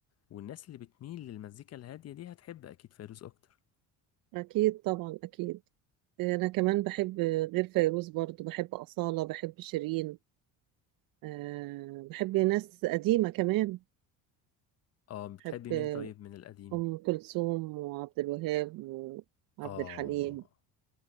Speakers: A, on the left (about 40°); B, on the right (about 55°).
A: والناس اللي بتميل للمزيكا الهادية دي هتحب أكيد فيروز أكتر
B: أكيد طبعا أكيد أنا كمان بحب غير فيروز برضو بحب أصالة بحب شيرين أه بحب ناس قديمة كمان
A: اه بتحب
B: بحب
A: مين طيب من القديم
B: أم كلثوم وعبد الوهاب وعبد
A: اه
B: الحليم